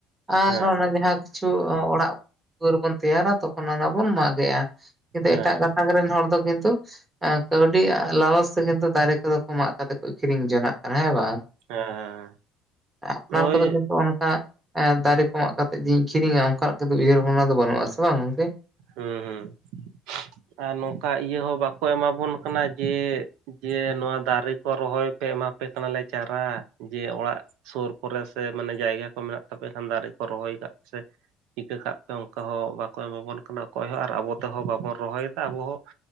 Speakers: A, on the right; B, on the right.
A: ᱟᱨ
B: ᱦᱮᱸ
A: ᱚᱱᱟ ᱡᱟᱦᱟᱸ ᱠᱤᱪᱷᱩ ᱚᱲᱟᱜ ᱼᱼ ᱫᱩᱣᱟᱹᱨ ᱵᱚᱱ ᱛᱮᱭᱟᱨᱟ ᱛᱚᱠᱷᱚᱱ ᱚᱱᱟ ᱵᱚᱱ ᱢᱟᱸᱜᱮᱜ-ᱟ ᱠᱤᱱᱛᱩ
B: ᱦᱮᱸ
A: ᱮᱴᱟᱜ ᱜᱟᱛᱟᱠ ᱨᱮᱱ ᱦᱚᱲ ᱫᱚ ᱠᱤᱱᱛᱩ ᱼᱼ ᱠᱟᱹᱣᱰᱤ ᱞᱟᱞᱚᱪ ᱛᱮ ᱜᱮ ᱛᱚ ᱫᱟᱨᱮ ᱠᱚᱫᱚ ᱠᱚ ᱢᱟᱸᱜ ᱠᱟᱛᱮ ᱠᱚ ᱟᱹᱠᱷᱨᱤᱧ ᱡᱚᱱᱟᱜ ᱠᱟᱱᱟ ᱦᱮᱸ ᱵᱟᱝ
B: ᱦᱮᱸ ᱦᱮᱸ
A: ᱾ ᱟᱯᱱᱟᱨ
B: ᱳᱭ
A: ᱠᱚᱫᱚ ᱠᱤᱱᱛᱩ ᱚᱱᱠᱟ ᱼᱼ ᱫᱟᱨᱮ ᱠᱚ ᱢᱟᱸᱜ ᱠᱟᱛᱮᱜ ᱡᱮᱧ ᱟᱹᱠᱷᱨᱤᱧᱟ ᱚᱱᱠᱟᱱᱟᱜ ᱩᱭᱦᱟᱹᱨ ᱵᱷᱟᱵᱽᱱᱟ ᱫᱚ ᱵᱟᱹᱱᱩᱜ-ᱟ ᱥᱮ ᱵᱟᱝ ᱜᱚᱝᱠᱮ ᱼᱼ
B: ᱦᱩᱸ ᱦᱩᱸ ᱾ ᱟᱨ ᱱᱚᱝᱠᱟ ᱤᱭᱟᱹ ᱦᱚᱸ ᱵᱟᱠᱚ ᱮᱢᱟ ᱵᱚᱱ ᱠᱟᱱᱟ ᱡᱮ ᱡᱮ ᱱᱚᱣᱟ ᱫᱟᱨᱮ ᱠᱚ ᱨᱚᱦᱚᱭ ᱯᱮ ᱮᱢᱟ ᱼᱼ ᱯᱮ ᱠᱟᱱᱟᱞᱮ ᱪᱟᱨᱟ ᱡᱮ ᱚᱲᱟᱜ ᱼᱼ ᱥᱳᱨ ᱠᱚᱨᱮ ᱥᱮ ᱢᱟᱱᱮ ᱡᱟᱭᱜᱟ ᱠᱚ ᱢᱮᱱᱟᱜ ᱛᱟᱯᱮ ᱠᱷᱟᱱ ᱫᱟᱨᱮ ᱠᱚ ᱨᱚᱦᱚᱭ ᱠᱟᱜ ᱯᱮ ᱥᱮ ᱾ ᱤᱠᱟᱹ ᱠᱟᱜ ᱯᱮ ᱚᱝᱠᱟ ᱦᱚᱸ ᱵᱟᱠᱚ ᱮᱢᱟᱵᱚᱱ ᱠᱟᱱᱟ ᱚᱠᱚᱭ ᱦᱚᱸ ᱟᱨ ᱟᱵᱚ ᱛᱮᱦᱚᱸ ᱵᱟᱵᱚᱱ ᱨᱚᱦᱚᱭᱫᱟ ᱟᱵᱚ ᱦᱚᱸ ᱾